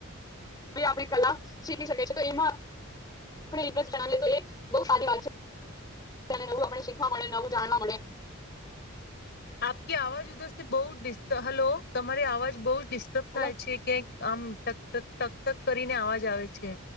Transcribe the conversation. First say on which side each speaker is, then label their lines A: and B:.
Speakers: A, on the left; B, on the left.
A: આપણી કલા શીખી શકે છે તો એમાં <unintelligible> એ બ સારી વાત છે. નવું આપણે શીખવા મળે, નવું જાણવા મળે.
B: તમારી અવાજ ત્યાં બો ડિસ્ટર્બ, હલો તમારી અવાજ બહુજ ડિસ્ટર્બ
A: હલો
B: થાય છે ક્યાંક આમ ટકક ટક ટક કરીને અવાજ આવે છે.